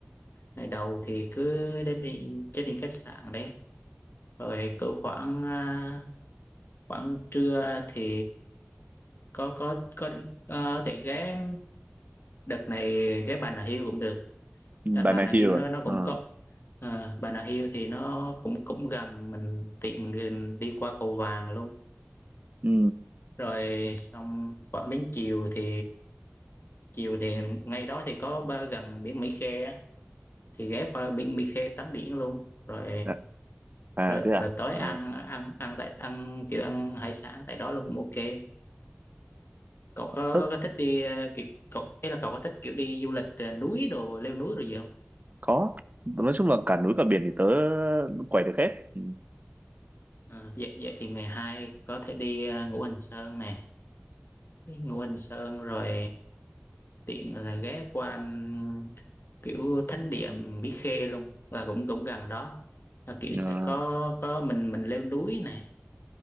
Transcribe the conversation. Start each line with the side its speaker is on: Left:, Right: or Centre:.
Left: ngày đầu thì cứ đến đi check in khách sạn đấy rồi cỡ khoảng à, khoảng trưa thì có có có ờ, thể ghé đợt này ghé Bà Nà Hills cũng được
Right: Ừ,
Left: tại
Right: bạn
Left: Bà
Right: nào
Left: Nà Hills
Right: hiểu
Left: nó
Right: à?
Left: nó cũng
Right: Ờ.
Left: có ờ, Bà Nà Hills thì nó cũng cũng gần mình tiện mình đi qua cầu Vàng luôn
Right: Ừ.
Left: rồi xong khoảng đến chiều thì chiều thì ngay đó thì có ba gần biển Mỹ Khê á, thì ghé qua biển Mỹ Khê tắm biển luôn rồi
Right: Dạ. À
Left: rồi,
Right: thế à?
Left: rồi tối
Right: À,
Left: ăn ăn ăn tại ăn kiểu ăn hải sản tại đó luôn cũng ok cậu có, có,
Right: ớ,
Left: có thích đi ờ, kiểu, cậu ấy là cậu có thích kiểu đi du lịch ờ, núi đồ leo núi rồi gì không
Right: có. Nói chung là cả núi cả biển thì tớ quẩy được hết. Ừ.
Left: Ờ, vậy vậy thì ngày hai có thể đi ờ, Ngũ Hành Sơn nè Đi Ngũ Hành Sơn rồi tiện là ghé qua ừm, kiểu thánh địa Mỹ Khê luôn là cũng cũng gần đó là kiểu
Right: Ờ.
Left: sẽ có có mình mình leo núi nè